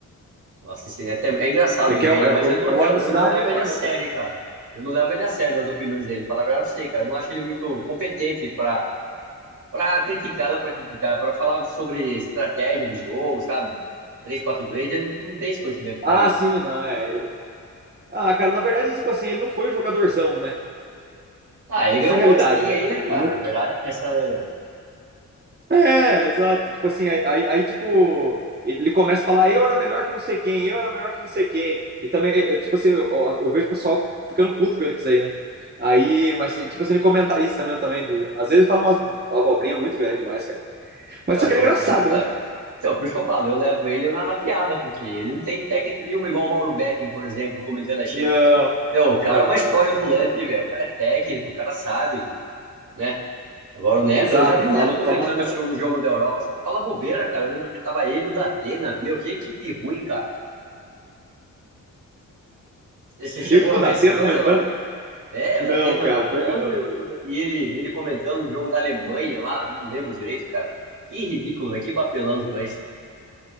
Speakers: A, on the right (about 65°); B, on the right (about 30°).
A: Nossa, esse neto é, é engraçado
B: É
A: de
B: que
A: ver
B: eu,
A: ele,
B: eu,
A: mas eu não,
B: eu moro
A: eu,
B: na
A: eu
B: cidade
A: não levo
B: e ele
A: ele
B: mora
A: a
B: em
A: sério,
B: outra.
A: hein, cara. Eu não levo ele a sério nas opiniões dele. Falar a verdade pra você, cara. Eu não acho ele muito competente pra para criticar, não é para criticar, para falar sobre estratégia de jogo, sabe? Três quatro três, ele não tem esse conhecimento
B: Ah,
A: pra mim.
B: sim, não, é. ele- Ah, cara, na verdade, tipo assim, ele não foi o jogadorzão, né?
A: Ah, ele
B: Essa
A: ganhou
B: é a
A: um
B: realidade,
A: Paulistinha
B: né?
A: aí, né, cara?
B: Ele não...
A: Na verdade é essa, né, velho?
B: É, exato. Tipo assim, aí, aí, aí, tipo, ele começa a falar, eu era melhor que não sei quem, eu era melhor que não sei quem. E também, eh, tipo assim, eu, eu vejo o pessoal ficando puto com ele com isso aí, né? Aí, mas, eh, tipo assim, ele é comentarista mesmo também. De... Às vezes ele fala umas abobrinhas muito grande demais, cara. Mas
A: Então,
B: só que
A: eu,
B: ele é engraçado,
A: eu não levo.
B: né?
A: Então, por isso que eu falo, eu levo ele na, na piada, porque ele não tem técnica nenhuma, igual o Mauro Betting, por exemplo, comentando a Champions.
B: Não,
A: Meu, o cara
B: não,
A: é uma história
B: não.
A: ambulante, velho. O cara é técnico, o cara sabe, né? Agora o Neto,
B: Exato,
A: eu já vi
B: falam,
A: o Neto comentando
B: falam umas coisas.
A: assim, o jogo da Europa, só fala bobeira, cara. Eu lembro que tava ele e o Datena. Meu, que equipe ruim, cara. Você chegou
B: Ele com
A: a
B: o Datena
A: ver esses dois
B: comentando?
A: ou não? É,
B: Não,
A: o Datena
B: cara,
A: narrando
B: pior que não.
A: e, o- e ele, ele comentando um jogo da Alemanha lá, não lembro direito, cara. Que ridículo, velho, que papelão os dois.